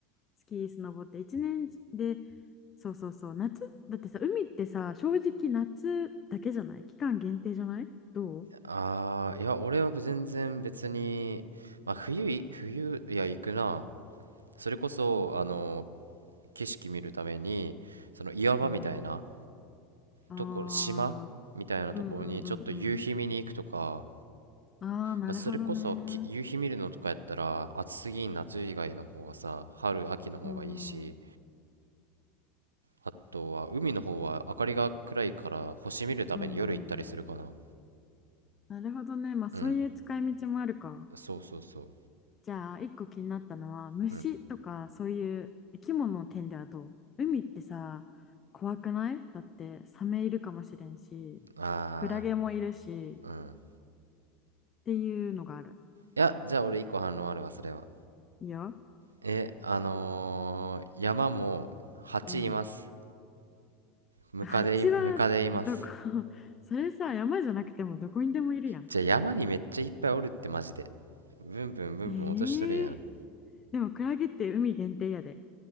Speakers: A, on the left (about 30°); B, on the right (about 80°).
A: スキースノボって一年でそうそうそう夏だってさ海ってさ正直夏だけじゃない期間限定じゃないどう
B: ああ、いや、俺は全然別に、まあ冬い、冬、いや、行くな。それこそ、あの、景色見るために、その岩場みたいな、
A: ああ
B: ところ、島みたいなところにちょっと夕日見に行くとか、
A: あーうんうんうんうんああーなるほどね
B: まあ、それこそき夕日見るのとかやったら暑すぎん夏以外の方がさ、春、秋の方がいいし、
A: うんうん
B: あとは海の方は明かりが暗いから星見るために夜行ったりするかな。
A: うんうんなるほどねまあそういう使い道もあるか
B: うん。そうそうそう。
A: じゃあ、一個気になったのは、虫とかそういう生き物の点ではどう海ってさ、
B: うん。
A: 怖くないだって、サメいるかもしれんし、
B: あ
A: クラゲもいるし、
B: あ、うん。
A: っていうのがある。
B: いや、じゃあ俺一個反論あるわ、それは。
A: いや、
B: え、あのー山も蜂います。
A: うん。
B: ムカデい、
A: 蜂はどこ
B: ムカデいます。
A: <laughs> それさ、山じゃなくてもどこにでもいるやん。
B: じゃあ山にめっちゃいっぱいおるってマジでブンブンブンブン落としとるやん
A: えー、でもクラゲって海限定やで。